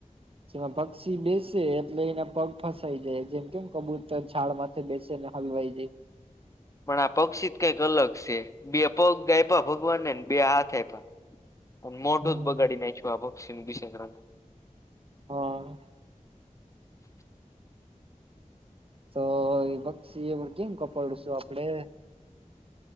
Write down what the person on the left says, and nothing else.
પણ આ પક્ષી જ કંઈક અલગ છે બે પગ આયપા ભગવાનને ને બે હાથ આયપા પણ મોટો
જ બગાડી <unintelligible>